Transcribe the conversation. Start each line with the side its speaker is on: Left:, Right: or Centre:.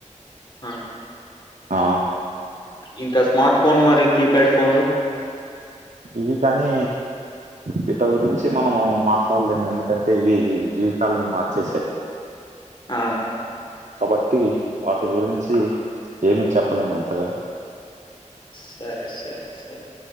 Left: ఆ
Right: ఆ
Left: ఇంకా స్మార్ట్ ఫోన్ మరి కీప్యాడ్ ఫోన్లు
Right: ఇవి కానీ వీట గురించి మనము మాట్లాడలేము ఎందుకంటే ఇవి జీవితాలని మార్చేసాయి
Left: ఆ
Right: కాబట్టి వాటి గురించి ఏమి చెప్పలేము అంతగా
Left: సరే సరే సరే